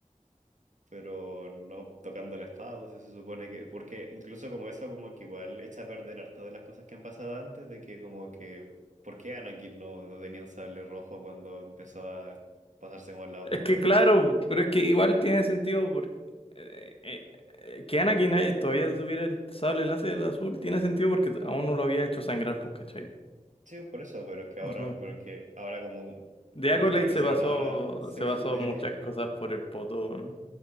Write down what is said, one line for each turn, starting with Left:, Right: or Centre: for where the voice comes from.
Right: Pero no tocando la espada, pues, se supone que, porque incluso como eso como que igual echa a perder harto de las cosas que han pasado antes, de que como que, ¿por qué Anakin no, no tenía un sable rojo cuando empezó a pasarse como al lado
Left: Es
Right: oscuro?
Left: que claro, pero es que igual tiene sentido porque eh, eh, eh, que Anakin ahí todavía tuviera el sable láser azul, tiene sentido porque aún no lo había hecho sangrar, pues, ¿cachai?
Right: Sí, por eso, pero es que ahora,
Left: Ujú.
Right: porque ahora como,
Left: De
Right: como
Left: Acolyte
Right: establecieron
Left: se basó,
Right: ahora, <laughs> se
Left: se basó
Right: debe-
Left: muchas cosas por el poto, ¿no?